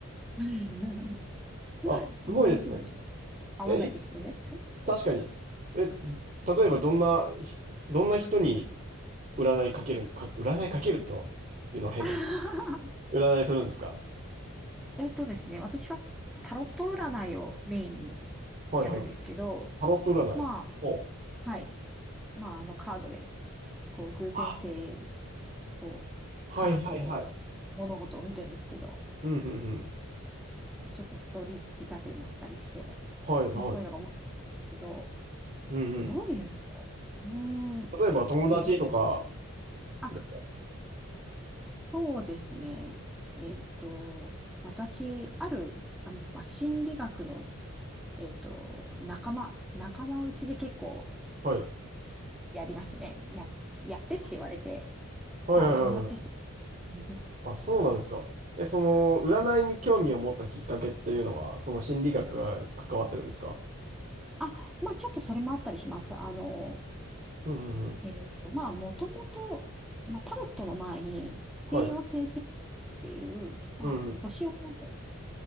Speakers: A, in the centre; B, on the right.
A: <laughs>
B: あ、すごいですね。
A: あんまりそうですよね合わないですよね。
B: え、い確かに。え、例えばどんな、ひどんな人に占いかける、か、占いかけるというのは変かもし
A: <laughs>
B: れない。占いするんですか
A: えっとですね、私はタロット占いをメインに
B: はいはい。
A: やるんですけど、
B: タロット占い。
A: まあ、
B: おう
A: はい。まあ、あの、カードでこう、偶然性
B: あ、
A: を、
B: はいはいはい。
A: からこう、物事を見るんですけど、
B: うん、うん、うん。
A: ちょっとストーリー仕立てになったりして、
B: はい、はい。
A: まあそういうのが面白いけど、
B: うん、うん。
A: どういう人うーん、結構、
B: 例えば、友達とか
A: あ、
B: ですか
A: そうですね。えっと、私、ある、あまあ、心理学の、えっと、仲間、仲間内で結構
B: はい。
A: やりますね。や、やってって言われて、
B: はい、
A: まあお友達です。
B: はい、はいはい。
A: <laughs>
B: あ、そうなんですか。え、その、占いに興味を持ったきっかけっていうのは、その心理学が関わってるんですか
A: あ、まあちょっとそれもあったりします。あの、
B: うん、うん、うん。
A: えっと、まあ、もともと、まあ、タロットの前に、西洋占星術っていう、
B: はい。
A: まあ、
B: うん、うん。
A: 星を読